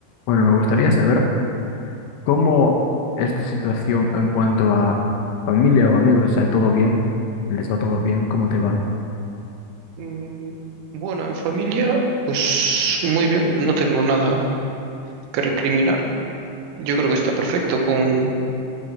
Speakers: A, on the left (about 80°); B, on the right (about 85°).
A: Bueno, me gustaría saber cómo es tu situación en cuanto a familia o amigos. O sea, ¿todo bien? ¿Les va todo bien? ¿Cómo te va?
B: Mm, Bueno, en familia, pues muy bien, no tengo nada que recriminar. Yo creo que está perfecto con,